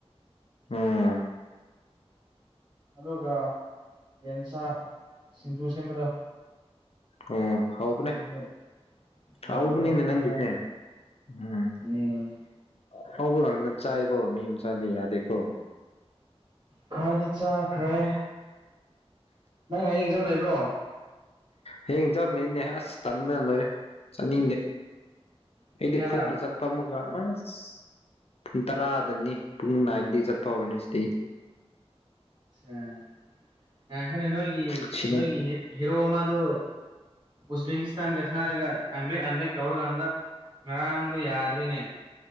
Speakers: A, on the left (about 70°); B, on the right (about 45°).
A: ꯎꯝ
B: ꯑꯗꯨꯒ ꯌꯦꯟꯁꯥ ꯁꯤꯡꯖꯨ ꯁꯦꯝꯕꯗꯣ
A: ꯑꯣ ꯍꯥꯎꯕꯅꯦ
B: ꯑꯗꯨ ꯑꯗꯨ
A: ꯍꯥꯎꯕꯅꯤꯅꯦ
B: ꯑꯗꯨꯒ ꯆꯥꯃꯤꯟꯅꯔꯦ
A: ꯅꯪꯁꯦ ꯎꯝ
B: ꯎꯝ
A: ꯑꯍꯥꯎꯕ ꯉꯛꯇ ꯆꯥꯏꯀꯣ ꯃꯤ ꯃꯆꯥꯗꯤ ꯌꯥꯗꯀꯣ ꯫
B: ꯈꯔꯗꯤ ꯆꯥꯈ꯭ꯔꯦ ꯅꯪ ꯍꯌꯦꯡ ꯑꯦꯛꯖꯥꯝ ꯂꯩꯕ꯭ꯔꯣ
A: ꯍꯌꯦꯡ ꯑꯦꯛꯖꯝ ꯂꯩꯅꯦ ꯑꯁ ꯇꯟꯕꯅ ꯂꯣꯏꯔꯦ ꯆꯠꯅꯤꯡꯗꯦ
B: ꯄꯨꯡ
A: ꯑꯩꯗꯤ
B: ꯀꯌꯥꯗ
A: ꯈꯣꯡꯅ ꯆꯠ ꯇꯃꯒ ꯑꯁ ꯄꯨꯡ ꯇꯔꯥꯗꯅꯤ ꯄꯨꯡ ꯅꯥꯏꯟꯗꯒꯤ ꯆꯠꯄ ꯍꯧꯔꯅꯤ ꯁꯤꯗꯩ ꯫
B: ꯎꯝ ꯉꯥꯏꯈꯣꯅꯦ ꯅꯣꯏꯒꯤ
A: ꯁꯤꯒꯤ
B: ꯅꯣꯏꯒꯤ ꯍꯤꯔꯣ ꯃꯗꯣ ꯎꯖꯕꯦꯀꯤꯁꯇꯥꯟꯒ ꯁꯅꯥꯔꯒ ꯑꯦꯝꯕꯦꯛ ꯑꯦꯝꯕꯦꯛ ꯇꯧꯔꯒ ꯍꯟꯗꯛ ꯫ ꯉꯔꯥꯡꯗꯣ ꯌꯥꯗ꯭ꯔꯤꯅꯦ